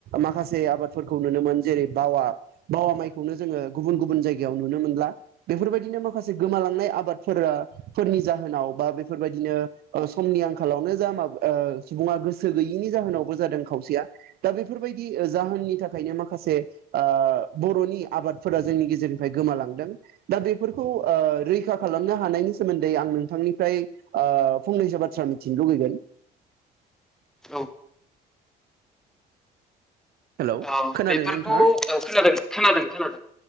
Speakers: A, on the right; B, in the centre.
A: माखासे आबादफोरखौ नुनोमोन जेरै बावा बावा माइखौनो जोङो गुबुन गुबुन जायगायाव नुनो मोनला बेफोरबायदिनो माखासे गोमालांनाय आबादफोरा फोरनि जाहोनाव बा बेफोरबायदिनो समनि आंखालावनो जा मा ओ सुबुङा गोसो गैयिनि जाहोनावबो जादों खावसेया दा बेफोरबायदि जाहोननि थाखायनो माखासे आ बर'नि आबादफोरा जोंनि गेजेरनिफ्राय गोमालांदों दा बेफोर खौ रैखा खालामनो हानायनि सोमोन्दै आं नोंथांनिफ्राय ओ फंनैसो बाथ्रा मिथिनो लुबैगोन।
B: ओ,
A: हेलौ
B: औ
A: खोनादोंना
B: बेफोरखौ
A: नोंथाङा
B: खोनादों खोनादों खोनादों।